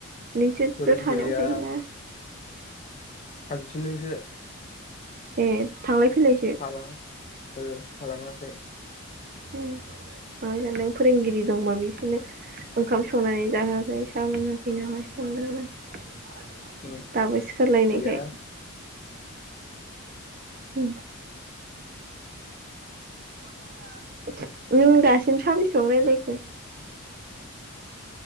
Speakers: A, on the right; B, on the left.
A: नोंसोर
B: फोरोंगिरिया
A: बेव थानायाव थायोना
B: थांफिनोसो
A: ए थांलाय फैलायसो
B: थालाङा ओ थालाङाखै
A: उम माबा जादों फोरोंगिरि दंबा बिसोरनो ओंखाम संनानै जाहोआखै साहा लोंङाखै न लाय स लोंदों आं
B: उम
A: दबो सिखारलायनायखाय
B: गैया
A: उ <inaudible> नों दासिम साबैसेबां रायलायखो?